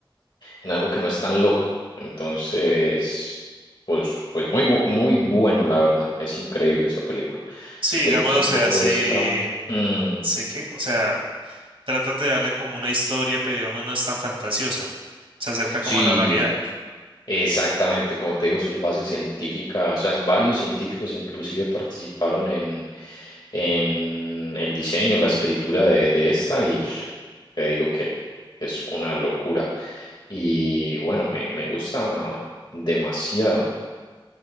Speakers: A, on the left; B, on the right.
A: en algo que no es tan loco. Entonces, pues, pues muy, bu- muy bueno, la verdad. Es increíble esa película.
B: sí,
A: Si
B: digamos,
A: te gusta
B: o
A: un
B: sea,
A: poco
B: sé,
A: ese tramo.
B: mm,
A: Mm,
B: sé que, o sea, tratas de darle como una historia, pero digamos no es tan fantasiosa. Se acerca
A: sí.
B: como a la realidad.
A: Exactamente, como te digo, sus bases científicas, o sea, varios científicos inclusive participaron en, en el diseño, la escritura de, de esta y pff, te digo que es una locura. Y bueno, me, me gusta demasiado.